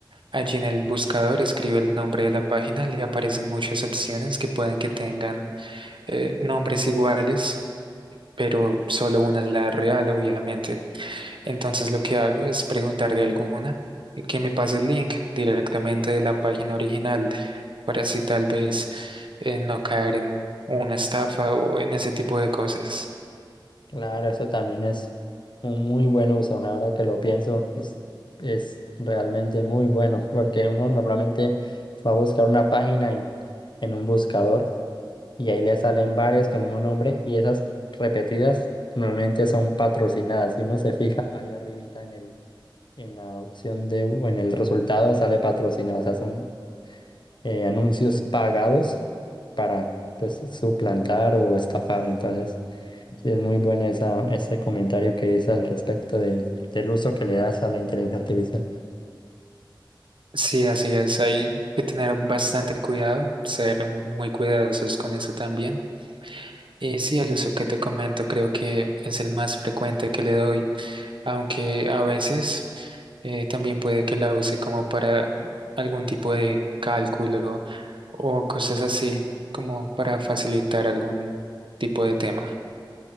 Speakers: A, on the right; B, on the left.
A: allí en el buscador, escribe el nombre de la página, le aparecen muchas opciones que pueden que tengan eh, nombres iguales, pero solo una es la real, obviamente. Entonces lo que hago es preguntar de alguna eh, que me pase el link directamente de la página original para así tal vez eh, no caer en una estafa o en ese tipo de cosas.
B: Claro, eso también es un muy buen uso. Ahora que lo pienso, es, es realmente muy bueno porque uno normalmente va a buscar una página en en un buscador y ahí le salen varias con el mismo nombre y esas repetidas normalmente son patrocinadas. Si uno se fija ahí arribita en el, en la opción de, o en el resultado sale patrocinado, o sea, son eh, anuncios pagados para pues suplantar o estafar. Entonces, sí es muy bueno esa, ese comentario que dice al respecto de, del uso que le das a la inteligencia artificial.
A: Sí, así es. Hay que tener bastante cuidado, ser muy cuidadosos con eso también. Y sí, el uso que te comento creo que es el más frecuente que le doy, aunque a veces eh, también puede que la use como para mm, algún tipo de cálculo o cosas así, como para facilitar algún tipo de tema.